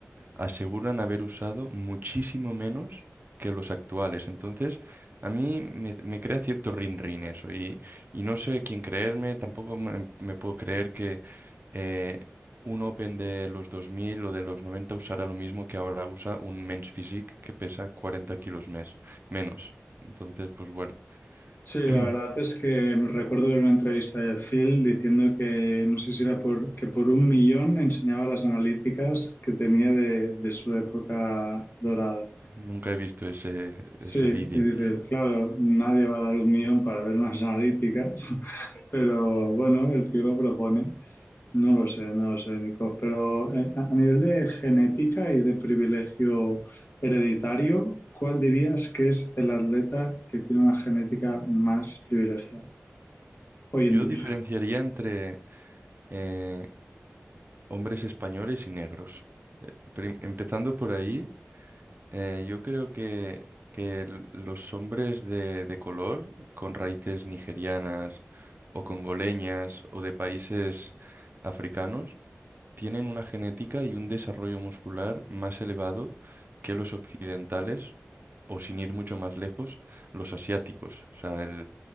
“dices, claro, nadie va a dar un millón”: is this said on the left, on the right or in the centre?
Left